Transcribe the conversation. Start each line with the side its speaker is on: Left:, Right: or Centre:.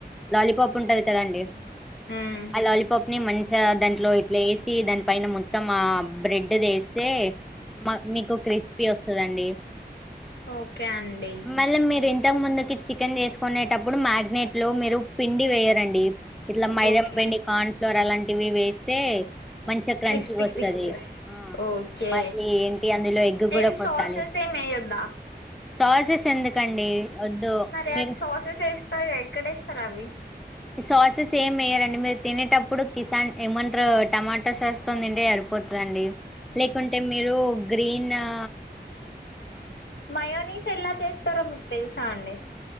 Centre: లాలీపాప్ ఉంటది కదండి
Left: మ్మ్
Centre: ఆ లాలీపాప్ ని మంచిగా దాంట్లో ఇట్లా వేసి దాని పైన ము మొత్త మా బ్రెడ్ దేస్తే మా మీకు క్రిస్పీ వస్తదండి
Left: ఓకే అండి
Centre: మళ్ళీ మీరు ఇంతకు ముందుకి చికెన్ చేసుకునేటు టప్పుడు మ్యాగ్నేట్ లో మీరు పిండి వేయరండి. ఇట్లా మైదాం
Left: ఓకే
Centre: పిండి కార్న్ ఫ్లోర్ అలాంటివి వేస్తే మంచిగా క్రంచిగా
Left: క్రిస్పీ
Centre: వస్తది
Left: క్రిస్పి వస్
Centre: ఆ
Left: ఓకే
Centre: మళ్ళీ ఏంటి అందులో ఎగ్ కూడా
Left: ఏమి
Centre: కొట్టాలి
Left: సాసెస్ ఏమి వేయద్దా?
Centre: సాసెస్ ఎందుకండి వద్దు
Left: సరే
Centre: మీరు
Left: అది సాసెస్ వేస్తారు ఎక్కడ వేస్తారు అవి
Centre: సాసెస్ ఏమి వేయ్యరండి మీరు తినేటప్పుడు కిసాన్ ఏమన్ అంటరు టమాటో సాస్తో తింటే సరిపోతుందండి లేకుంటే మీరు గ్రీన్ ఆ
Left: మయోనీస్ ఎలా చేస్తారో మీకు తెలుసా అండి